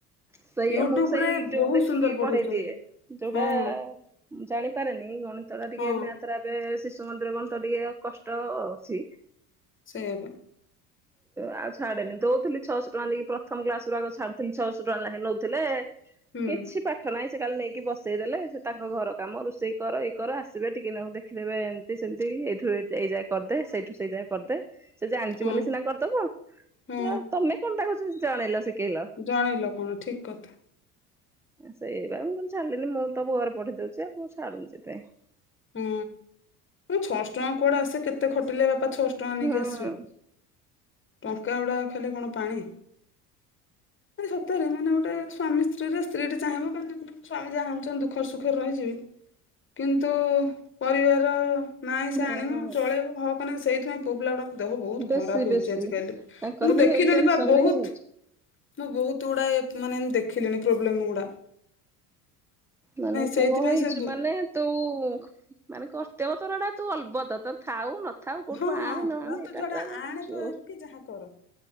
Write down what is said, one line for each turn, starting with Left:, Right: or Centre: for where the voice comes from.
Centre: ସେଇଆ
Left: ୟୁଟ୍ୟୁବରେ
Centre: ମୁ ସେଇ ୟୁଟ୍ୟୁବୁ
Left: ବହୁତ
Centre: ଦେଖିକି
Left: ସୁନ୍ଦର
Centre: ପଢେଇ
Left: ପଢଉଛନ୍ତି।
Centre: ଦିଏ ଯୋଉଟା
Left: ହଁ
Centre: ମୁଁ ଜାଣିପାରେନି ଗଣିତଗୁରା ଟିକେ
Left: ହଁ
Centre: ମ୍ୟାଥ୍ ରା ସେ ଶିଶୁ ମନ୍ଦିର ଗଣିତ ଟିକେ ଆଉ କଷ୍ଟ ଅଛି।
Left: ସେ ଇଆବା
Centre: ଆଉ ଛାଡେନି ଦଉଥିଲି ଛଅଶହ ଟଙ୍କା ଦେଇକି ପ୍ରଥମ କ୍ଲାସ୍ ରୁ ଆଗରୁ ଛାଡୁଥିଲି ଛଅଶହ ଟଙ୍କା ନେଖେ ଲାଗି ନେଉଥିଲେ
Left: ହୁଁ
Centre: କିଛି ପା ପାଠ ନାହିଁ ସେ କାଲି ନେଇକି ବସେଇଦେଲେ ସେ ତାଙ୍କ ଘର କାମ ରୋଷେଇ କର ଇଏ କର ଆସିବେ ଟିକେ ନାକୁ ଦେଖିଦେବେ ସେମିତି ଏଇଠୁ ଏଇ ଯାଙ୍କେ କରିଦେ ସେଇଠୁ ସେଇ ଯାଙ୍କେ କରିଦେ। ସେ ଜାଣିଛି
Left: ହଁ
Centre: ବୋଲି ସିନା କରିଦେବ
Left: ହଁ
Centre: ନା ତମେ କଣ ତାକୁ ଜଣେଇଲ ଶିଖେଇଲ
Left: ଜଣେଇଲ କଣ ଠିକ୍ କଥା
Centre: ସେଇ ବା ମୁଁ କହିଲ ଛାଡିଲିନି ମୁଁ ତ ଘରେ ପଢେଇ ଦଉଛିଉ ମୁଁ ଛାଡୁନି ସେଥିପାଇଁ
Left: ହୁଁ ଛଅଶହ ଟଙ୍କା କୁଆଡା ଆସେ କେତେ ଖଟିଲେ ବାପା ଛଅଶହ ଟଙ୍କା
Centre: ହଁ
Left: ନେଇକି ଆସିବେ ଟଙ୍କା ଗୁଡ଼ା ଖାଲି କଣ ପାଣି। ମନେ ସତରେ ମାନେ ଗୋଟେ ସ୍ଵାମୀ ସ୍ତ୍ରୀ ରେ ସ୍ତ୍ରୀ ଟି ଚାଁହିବ କେମିତି ସ୍ଵାମୀ ଯାହା ଆନୁଛନ୍ତି ଦୁଃଖରେ ସୁଖରେ ରହିଯିବି। କିନ୍ତୁ ପରିବାର ନାଇଁ ସେ
Centre: ହଁ
Left: ଆଣିମୁ
Centre: ହଁ
Left: ଚଳେଇବୁ ହକନେ ସେଇଥିପାଇଁ ପୁଅ ପିଲା ଗୁଡାଙ୍କ ଦେହ ବହୁତ
Centre: ବେଶୀ
Left: ଖରାପ ହଉଛି
Centre: ବେଶୀ
Left: ଆଜିିକାଲି।
Centre: ତାଙ୍କର
Left: ମୁଁ
Centre: ବି
Left: ଦେଖିଲିଣି
Centre: ହେଇ ଟେନସନରେ
Left: ପା ବହୁତ
Centre: ହିଁ ହଉଛି।
Left: ମୁଁ ବହୁତ ଗୁଡ଼ା ଏ ମାନେ ଦେଖିଲିଣି ପ୍ରୋବ୍ଲେମ୍ ଗୁଡା।
Centre: ମାନେ
Left: ସେଇଥିପାଇଁ
Centre: ପୁଅ ହୋଇଛୁ
Left: ସେ ବୁ
Centre: ମାନେ ତୁ ମାନେ କର୍ତ୍ତବ୍ୟ ତୋର ଏଟା ତୁ ଅଲବତ। ତୋର ଥାଉ ନଥାଉ କୋଉଠୁ
Left: ହଁ
Centre: ଆଣେ
Left: ହଁ
Centre: ନ ଆଣେ
Left: ନହେଲେ ତୁ
Centre: ଏଇଟା
Left: ଯୋଉଟା
Centre: ପୁରା ରେ
Left: ଆଣେ
Centre: ଯୋ
Left: ପ କି ଯାହା କର